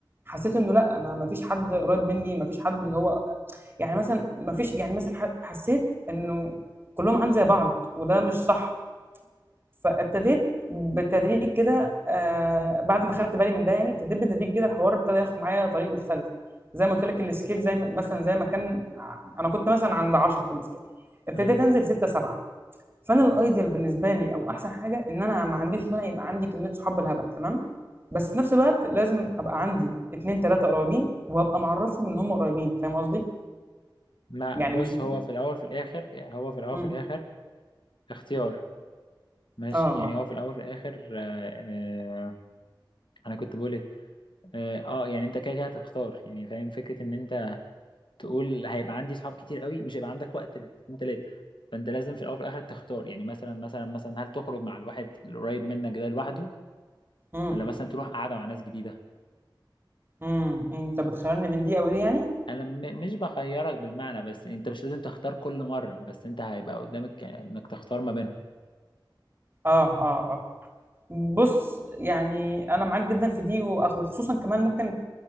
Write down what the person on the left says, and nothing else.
مم.
ما
بص
هو في الاول في الاخر هو في الاول
في الاخر اختيار ماشي
يعني
هو في الاول في الاخر آه آه انا كنت بقول اه آه، يعني انت كده كده هتختار يعني فاهم فكره ان انت تقول هيبقى عندي صحاب كتير قوي مش هيبقى عندك وقت للاتنين تلاته فانت لازم في الاول وفي الاخر تختار يعني مثلا مثلا مثلا هل تخرج مع الواحد القريب منك ده لوحده
ولا مثلا تروح قاعده مع ناس جديده
انا م مش بخيرك بالمعنى بس انت مش لازم تختار كل مره بس انت هيبقى قدامك انك تختار ما بينهم